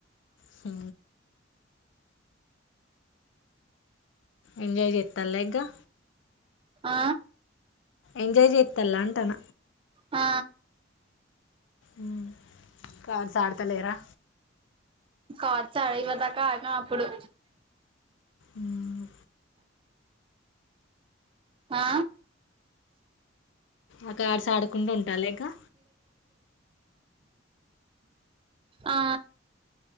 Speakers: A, on the left; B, on the right.
A: హు ఎంజాయ్ చెత్తల్లేగ్గా
B: ఆ
A: ఎంజాయ్ చెత్తలంటన
B: ఆ
A: ఉమ్ కాడ్స్ ఆడతలేరా
B: కార్డు్సా ఇదివరదాకా ఆడినం అప్పుడు
A: ఊమ్
B: ఆ
A: ఆకాడస్ ఆడకుండా ఉంటాలిగా
B: ఆ